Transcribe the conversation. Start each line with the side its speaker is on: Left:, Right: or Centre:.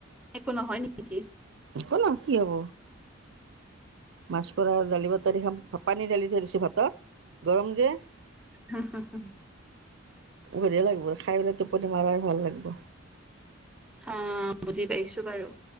Centre: ো নহয় নেকি
Right: আ ক ন কি হব মাছ প দালি ব তাৰখ পানী দালি থ দিছো ভাতত গৰম যে
Centre: হ হ হ
Right: ভৰি লাগিব খাই পেলাই টোপনি মৰাই ভাল লাগিব
Centre: হ বুজি পাইছো বাৰু